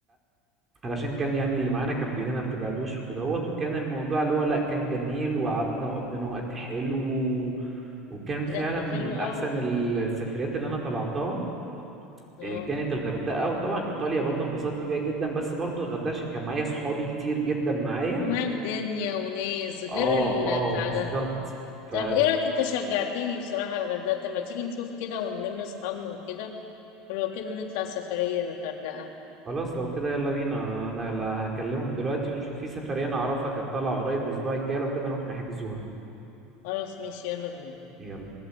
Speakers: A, on the right; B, on the left.
A: علشان كان يعني اللي معانا كان بيقول لنا ما تبعدوش وكده هوت وكان الموضوع اللي هو لا كان جميل وقعدنا وقضينا وقت حلو و... وكان فعلا
B: لا ده
A: من
B: حلو
A: احسن
B: قوي
A: السفريات اللي انا طلعتها
B: اه
A: إيه، كانت الغردقة وطبعا ايطاليا برضو انبسطت بيها جدا بس برضو الغردقة عشان كان معايا صحابي كتير جدا معايا
B: ومعاك دنيا وناس غير
A: اه
B: البتاع
A: اه بالظبط
B: ده
A: ف
B: طب ايه رأيك انت شجعتني بصراحة على الغردقة طب ما تيجي نشوف كده ونلم اصحابنا وكده ولو كده نطلع سفرية للغردقة
A: خلاص لو كده يلا بينا انا لا هكلمهم دلوقتي ونشوف في سفرية انا اعرفها كانت طالعة قريب الاسبوع الجاي لو كده نروح نحجزوها
B: خلاص ماشي يلا بينا
A: يلا